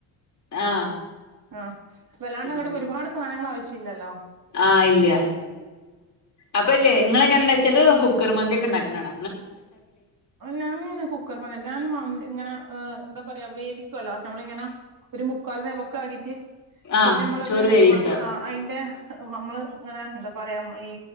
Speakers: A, on the left; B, on the right.
A: ആഹ്
B: ആ വല്ലാണ്ട്ങ്ങട്ടക്ക
A: അങ്ങനെ
B: ഒരുപാട് സാധനങ്ങൾ ആവശ്യ ഇല്ലല്ലോ
A: ആഹ് ഇല്ല്യ അപ്പല്ലേ ങ്ങളെങ്ങനെ <unintelligible> കുക്കർ മന്തി ഒക്കെണ്ടാക്ക്ണാണ
B: ഞാനിങ്ങനെ കുക്കർ പറഞ്ഞ ഞാൻ <unintelligible> ങ്ങനെ എന്താ പറയാ വേവിക്കുവല്ലോ നമ്മളിങ്ങനെ ഒരു മുക്കാൽ വേവൊ കാകിട്ട്
A: ആഹ്
B: പിന്നെ മ്മളത്
A: ചോറ് വേവിക്ക
B: മസ അയ്ന്റെ നമ്മള് ഇങ്ങനെ എന്താ പറയാ ഈ